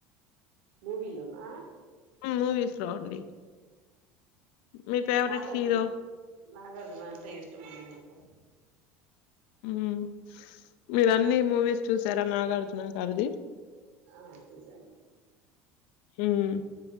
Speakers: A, on the right (about 85°); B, on the left (about 70°).
A: మూవీ లో నా
B: మూవీస్ లో అండి మీ ఫేవరెట్
A: నాగారుజున్
B: హీరో
A: నాగార్జున అంటే ఇష్టమండి మాకు
B: హ్మ్ మీరు అన్నీ మూవీస్ చూసారా నాగార్జున గారిది
A: ఆ చూసాను
B: ఉమ్